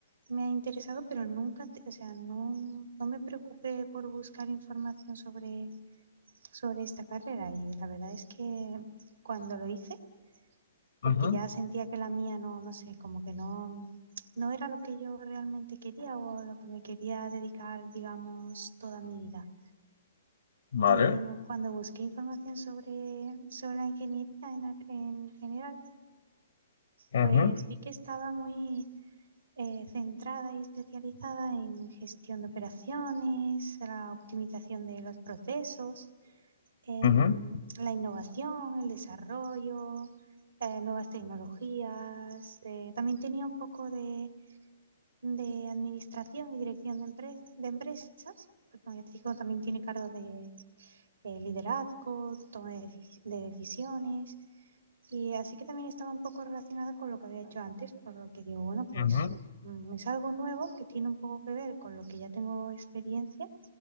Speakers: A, on the right; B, on the left.
A: me ha interesado, pero nunca, te- o sea, no, no me preocupé por buscar información sobre sobre esta carrera y la verdad es que cuando lo hice,
B: ujú.
A: porque ya sentía que la mía no, no sé, como que no, no era lo que yo realmente quería o a lo que me quería dedicar, digamos, toda mi vida.
B: Vale.
A: Y cuando busqué información sobre, sobre la ingeniería en, en general, pues
B: Ujú.
A: vi que estaba muy eh, centrada y especializada en gestión de operaciones, la optimización de los procesos em,
B: Ujú,
A: la innovación, el desarrollo, eh, nuevas tecnologías. eh, también tenía un poco de, de administración y dirección de, empre- de empresas, porque como ya te digo, también tiene cargo de, eh, liderazgo, toma de, deci- de decisiones. Y así que también estaba un poco relacionada con lo que había hecho antes, por lo que digo, bueno, pues
B: ujú,
A: mm, es algo nuevo que tiene un poco que ver con lo que ya tengo experiencia,